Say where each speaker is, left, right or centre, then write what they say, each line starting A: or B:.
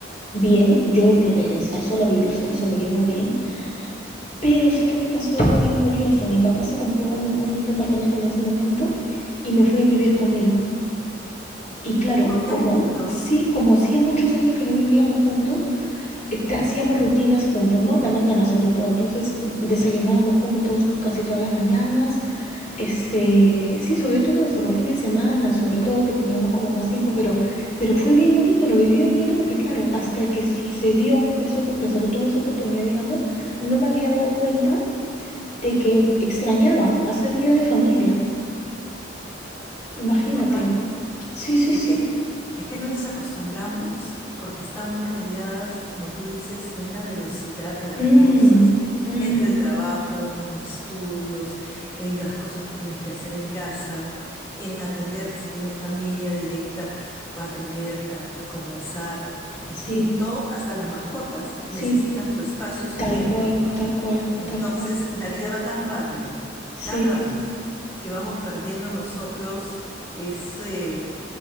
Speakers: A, on the left; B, on the left.
A: Bien, yo lo de estar sola, vivir sola, eso lo llevo bien, pero sí que me pasó algo bien curioso. Mi papá se compró un, un departamento en ese momento y me fui a vivir con él. Y claro,
B: Oh, qué
A: como
B: bonito,
A: sí, como hacía muchos años que no vivíamos juntos, hacíamos rutinas juntos, ¿no? La mañana sobre todo. Entonces desayunábamos juntos casi todas las mañanas. Este, sí, sobre todo eso, los fines de semana, sobre todo que teníamos como más tiempo, pero, pero fue bien bonito, lo viví bien bonito porque claro, hasta que sucedió eso, porque hasta que tuve esa oportunidad, digamos, no me había dado cuenta de que extrañaba hacer vida de familia. Imagínate.
B: totalmente.
A: Sí, sí,
B: Es
A: sí.
B: que, es que nos desacostumbramos porque estamos rodeadas, como tú dices, de una velocidad de las
A: Mm,
B: cosas,
A: mm,
B: entre el trabajo, unos los estudios, en las cosas que tienes que hacer en casa, en atender, si tienes familia directa, o atender, a- a conversar, en
A: sí,
B: fin, todos, hasta las mascotas,
A: sí,
B: necesitan su espacio y su
A: tal
B: tiempo,
A: cual,
B: ¿no?
A: tal cual,
B: Entonces,
A: tal cual.
B: la vida va tan rápido,
A: Sí.
B: tan rápido, que vamos perdiendo nosotros ese